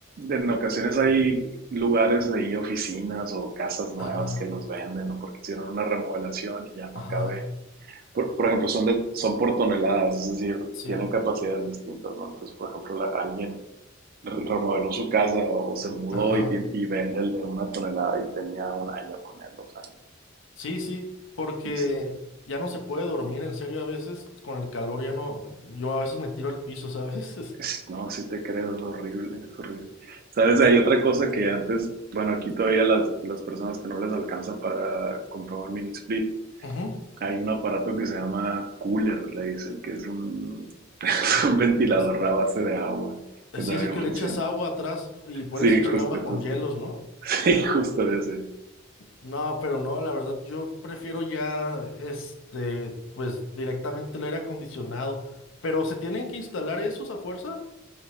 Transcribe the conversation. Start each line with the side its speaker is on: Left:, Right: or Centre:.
Right: en ocasiones hay lugares de ahí, oficinas o casas nuevas
Left: Ajá,
Right: que los venden, ¿no? porque hicieron una remodelación y ya no
Left: ajá.
Right: cabe. Por, por ejemplo, son, de, son por toneladas, es decir,
Left: Sí,
Right: tienen capacidades distintas, ¿no? Entonces, por ejemplo, la- alguien remodeló su casa o se mudó
Left: ajá.
Right: y, tien- y vende el de una tonelada y tenía un año con él, dos años.
Left: Sí, sí, porque
Right: Y sí,
Left: ya no se puede dormir en serio a veces con el calor, ya no, yo a veces me tiro al piso, ¿sabes?
Right: es-
Left: <laughs>
Right: no, sí te creo, es horrible, es horrible. ¿Sabes? Hay otra cosa que antes, bueno, aquí todavía las, las personas que no les alcanza para comprar un mini split,
Left: Ujú.
Right: hay un aparato que se llama cooler, le dicen, que es un, <laughs> es
Left: Ah,
Right: un ventilador
Left: sí,
Right: a base de agua,
Left: es
Right: que también
Left: sí es el que
Right: funciona.
Left: le echas agua atrás y puedes
Right: Sí,
Left: echar
Right: justo,
Left: el agua con
Right: justo.
Left: hielos, ¿no?
Right: <laughs> Sí, justo ese.
Left: No, pero no, la verdad, yo prefiero ya, este, pues directamente el aire acondicionado. Pero se tienen que instalar esos a fuerza.